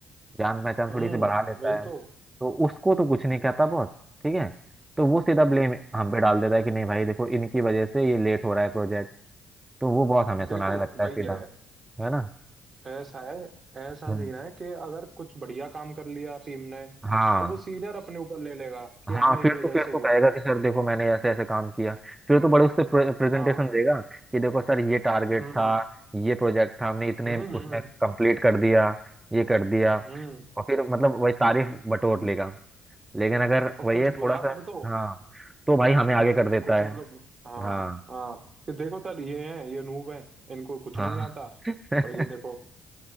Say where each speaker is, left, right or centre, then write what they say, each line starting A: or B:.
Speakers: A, on the right; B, on the right.
A: जान पहचान
B: हम्म
A: थोड़ी सी बढ़ा लेता
B: वही
A: है
B: तो
A: तो उसको तो कुछ नहीं कहता बॉस ठीक है तो वो सीधा ब्लेम हम पे डाल देता है कि नहीं भाई देखो इनकी वजह से ये लेट हो रहा है प्रोजेक्ट तो वो बहुत हमें
B: देखो
A: सुनाने लगता है
B: वही
A: सीधा
B: है
A: है ना
B: ऐसा है ऐसा
A: हम्म
B: सीन है कि अगर कुछ बढ़िया काम कर लिया टीम ने
A: हाँ
B: तो वो सीनियर अपने ऊपर ले लेगा कि
A: हाँ
B: हाँ मेरी
A: फिर
B: वजह
A: तो फिर
B: से हुआ
A: तो कहेगा
B: है
A: कि सर देखो मैंने ऐसे ऐसे काम किया फिर तो बड़े उससे प्रेजेंटेशन
B: हाँ
A: देगा कि देखो सर ये टारगेट
B: हम्म
A: था ये प्रोजेक्ट था हमने इतने
B: हम्म
A: उसमें
B: हम्म
A: कंप्लीट कर दिया ये कर दिया
B: हम्म
A: और फिर मतलब वही तारीफ बटोर लेगा लेकिन अगर
B: और
A: वही
B: कुछ
A: है थोड़ा
B: बुरा
A: सा
B: कर दो
A: हाँ तो भाई हमें आगे कर देता
B: कुछ मतलब
A: है
B: हाँ
A: हाँ
B: हाँ कि देखो सर ये हैं ये नूब हैं इनको कुछ
A: हाँ
B: नहीं आता
A: <laughs>
B: और ये देखो